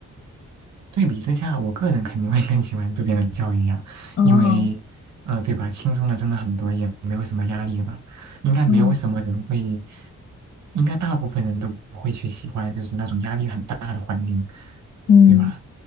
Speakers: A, on the right; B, on the left.
A: 对比之下，我个人肯定会更喜欢这边的教育呀，
B: 哦，
A: 因为，呃，对吧，轻松的真的很多，也没有什么压力了，应该没有什么人会，
B: 嗯
A: 应该大部分人都不会去喜欢就是那种压力很大的环境，
B: 嗯。
A: 对吧？